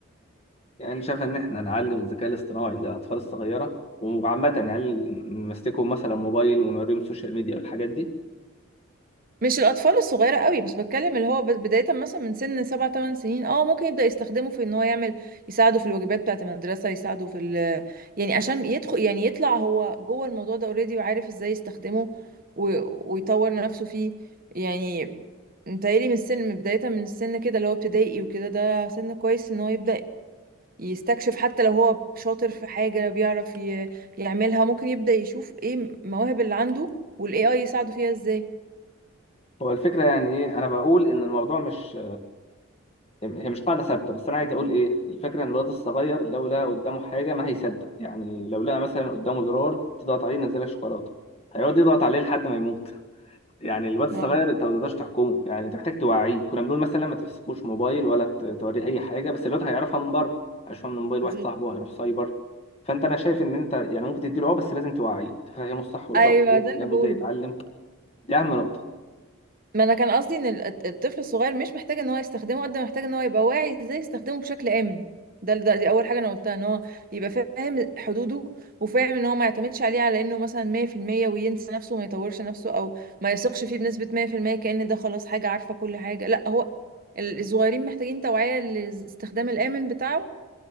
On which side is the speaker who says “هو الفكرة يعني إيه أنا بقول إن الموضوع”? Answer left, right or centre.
Left